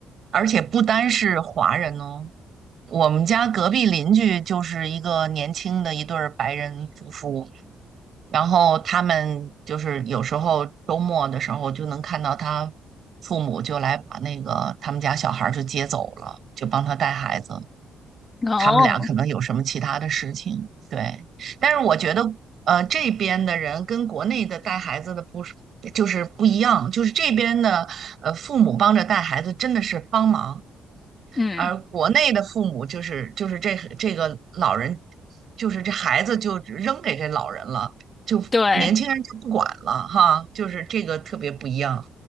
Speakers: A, on the right; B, on the left.
A: 而且不单是华人哦，我们家隔壁邻居就是一个年轻的一对儿白人夫妇，然后他们就是有时候周末的时候就能看到他父母就来把那个他们家小孩儿就接走了，就帮他带孩子。
B: 哦，
A: 他们俩可能有什么其他的事情。对，但是我觉得，呃，这边的人跟国内的带孩子的不是就是不一样，就是这边的呃父母帮着带孩子真的是帮忙，
B: 嗯，
A: 而国内的父母就是就是这这个老人，就是这孩子就扔给这老人了，就年轻人就不管了哈，
B: 对。
A: 就是这个特别不一样。